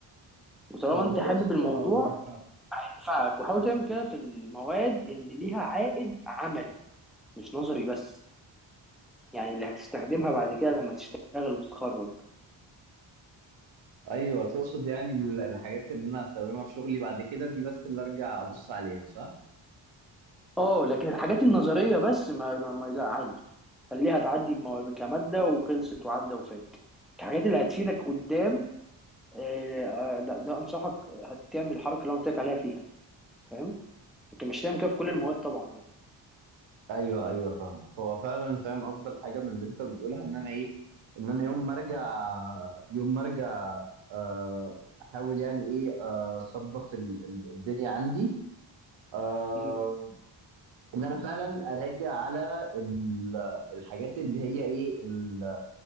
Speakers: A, in the centre; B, on the right.
A: وطالما
B: والله
A: انت حابب
B: يا اسطى
A: الموضوع
B: معاك حق
A: هينفعك وحاول تعمل كده في المواد اللي ليها عائد عملي مش نظري بس يعني اللي هتستخدمها بعد كده لما تشتغل وتتخرج
B: ايوه تقصد يعني ال- الحاجات اللي انا هستخدمها في شغلي بعد كده دي بس اللي ارجع ابص عليها صح
A: اه لكن الحاجات النظريه بس ما, ما, ما لا عادي خليها تعدي بمو- كماده وخلصت وعدى وفات الحاجات اللي هتفيدك قدام آه، آه، لا ده انصحك هتعمل الحركه اللي انا قلت لك عليها فيها فاهم لكن مش هتعمل كده في كل المواد طبعا يعني
B: ايوه ايوه فاهمك هو فعلا فاهم افضل حاجه من اللي انت بتقولها ان انا ايه ان انا يوم ما ارجع يوم ما ارجع آه، احاول يعني ايه آه، اظبط ال- ال- الدنيا عندي آه،
A: مم.
B: ان انا فعلا اراجع على ال- الحاجات اللي هي ايه ال-